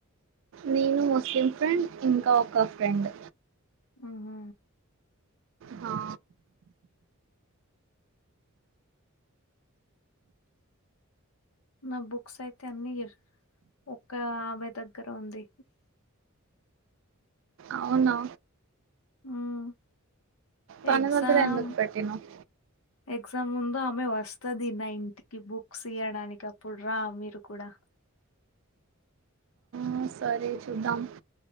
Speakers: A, on the right (about 60°); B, on the left (about 80°).
A: నేను ముస్లిం ఫ్రెండ్ ఇంకా ఒక ఫ్రెండ్
B: అహా
A: హా
B: నా బుక్స్ అయితే అన్ని యెర్ ఒక్క ఆమె దగ్గర ఉంది
A: అవునా
B: మ్
A: తన
B: ఎగ్జామ్
A: దగ్గర ఎందుకు పెట్టినావ్
B: ఎగ్ ఎగ్జామ్ ముందు ఆమె వస్తది నా ఇంటికి బుక్స్ ఇయడానికి అప్పుడు రా మీరు కూడా
A: ఆ సరే చూద్దాం